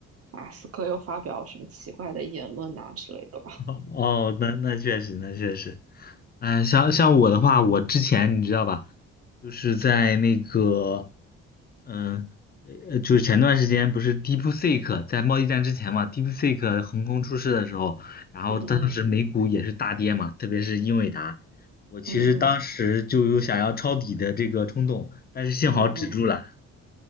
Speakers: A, on the right; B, on the left.
A: 马斯克又发表什么奇怪的言论呐、之类的吧。
B: <laughs> 哦，那那确实，那确实，嗯，像像我的话，我之前你知道吧，就是在那个，嗯，呃，就是前段时间不是 DeepSeek 在贸易战之前嘛，DeepSeek 横空出世的时候，然后当时美股也是大跌嘛，
A: <laughs> 嗯嗯
B: 特别是英伟达，我其实当时就有想要抄底的这个冲动，
A: 嗯嗯
B: 但是幸好止住了，
A: 嗯嗯，